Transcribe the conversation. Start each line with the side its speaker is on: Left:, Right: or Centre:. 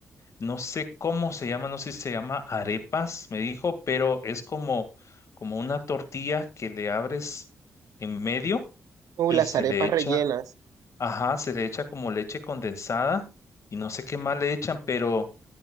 Left: no sé cómo se llama, no sé si se llama arepas, me dijo, pero es como, como una tortilla que le abres en medio
Right: O
Left: y
Right: las
Left: se
Right: arepas
Left: le echa
Right: rellenas.
Left: Ajá, se le echa como leche condensada y no sé qué más le echan, pero